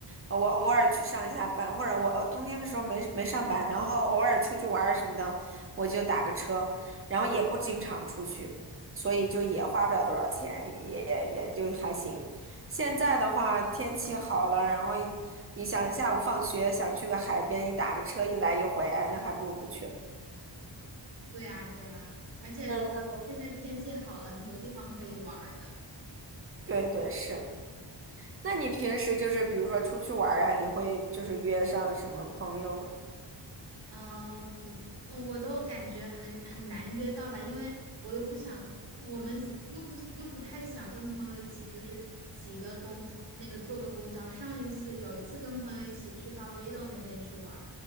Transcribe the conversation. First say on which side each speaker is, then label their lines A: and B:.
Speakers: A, on the right; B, on the right.
A: 呃我偶尔去上一下班，或者我呃冬天的时候没没上班，然后偶尔出去玩儿什么的，我就打个车，然后也不经常出去，所以就也花不了多少钱，也也就还行。现在的话天气好了，然后你你想下午放学想去个海边，你打个车一来一回，哎，那还不如不去了。
B: 对呀，对呀，而且现在天气好了，
A: 嗯嗯，
B: 很多地方可以玩儿的。
A: 对对是。那你平时就是比如说出去玩儿啊，你会就是约上什么朋友吗？
B: 嗯，不，嗯我都感觉很很难约到吧，因为我又不想，我们又不又不太想跟朋友一起，就是几个公那个坐个公交。上一次有一次跟朋友一起去到 r i d e 那边去玩儿